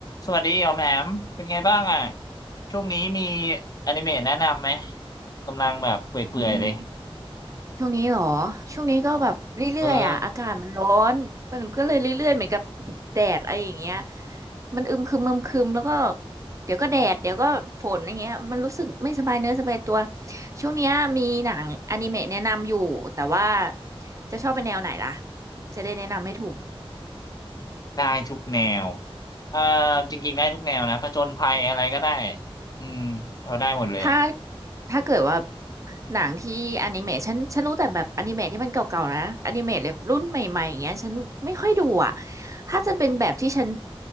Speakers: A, on the left; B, on the right.
A: สวัสดีอ๋อมแหมมเป็นไงบ้างอ่ะช่วงนี้มีอนิเมะแนะนำไหมกำลังแบบเปื่อยๆเลย
B: อืมช่วงนี้เหรอช่วงนี้ก็แบบเรื่อยๆอ่ะอากาศมันร้อนมันก็เลยเรื่อยๆเหมือนกับ
A: เออ
B: แดดอะไรอย่างเงี้ยมันอึมครึมอึมครึมแล้วก็เดี๋ยวก็แดดเดี๋ยวก็ฝนอย่างเงี้ยมันรู้สึกไม่สบายเนื้อสบายตัวช่วงเนี้ยมีหนังอนิเมะแนะนำอยู่แต่ว่าจะชอบเป็นแนวไหนล่ะจะได้แนะนำให้ถูก
A: ได้ทุกแนวเอ่อจริงๆได้ทุกแนวนะผจญภัยอะไรก็ได้อืมเราได้หมดเลยอะ
B: ถ้าถ้าเกิดว่าหนังที่อนิเมะฉันฉันรู้แต่แบบอนิเมะที่มันเก่าๆนะอนิเมะแบบรุ่นใหม่ๆอย่างเงี้ยฉันไม่ค่อยดูอ่ะถ้าจะเป็นแบบที่ฉัน